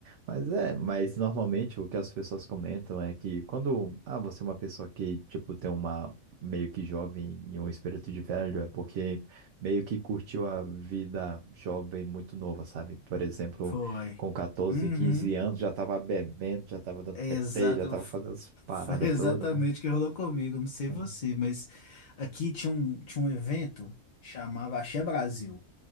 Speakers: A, on the right; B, on the left.
A: Mas é, mas normalmente o que as pessoas comentam é que quando, ah, você é uma pessoa que, tipo, tem uma meio que jovem e um espírito de velho, é porque meio que curtiu a vida jovem muito nova, sabe? Por exemplo,
B: Foi.
A: com 14,
B: Uhum.
A: 15 anos já tava bebendo, já tava dando
B: É
A: PT,
B: exata-
A: já tava
B: f-
A: fazendo as paradas
B: foi <laughs> exatamente
A: todas, né?
B: o que rolou comigo. Não sei
A: É.
B: você, mas aqui tinha um, tinha um evento chamava Axé Brasil,